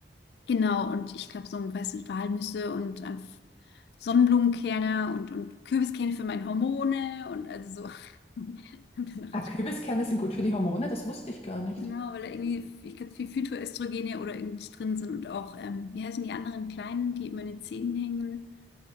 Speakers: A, on the left (about 65°); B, on the left (about 35°).
A: Genau, und ich glaube, so, weißt du, Walnüsse und einfach Sonnenblumenkerne und, und Kürbiskerne für meine Hormone und also so. <laughs> Und dann dachte
B: Ah,
A: ich,
B: Kürbiskerne sind gut für die Hormone, das wusste ich gar nicht.
A: Genau, weil da irgendwie, ich glaube, viel Phytoöstrogene oder irgendwie drin sind und auch, ähm, wie heißen die anderen kleinen, die immer in den Zähnen hängen?